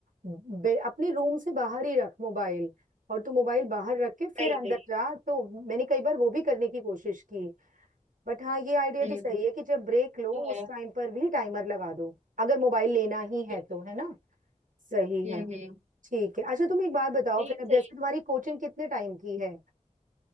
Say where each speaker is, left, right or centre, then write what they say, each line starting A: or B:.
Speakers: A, on the right; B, on the right.
A: बे- अपने रूम से बाहर ही रख मोबाइल और तू मोबाइल बाहर रख के फिर
B: सही
A: अंदर
B: सही
A: जा तो मैंने कई बार वो भी करने की कोशिश की बट हाँ ये आइडिया
B: हम्म
A: भी सही है कि जब ब्रेक लो
B: तो है
A: उस टाइम पर भी टाइमर लगा दो अगर मोबाइल लेना ही है
B: बिल्कुल
A: तो है ना सही
B: हम्म
A: है
B: हम्म
A: ठीक है अच्छा तुम एक बात बताओ
B: नहीं
A: फिर अब
B: सही
A: जैसे तुम्हारी कोचिंग कितने टाइम की है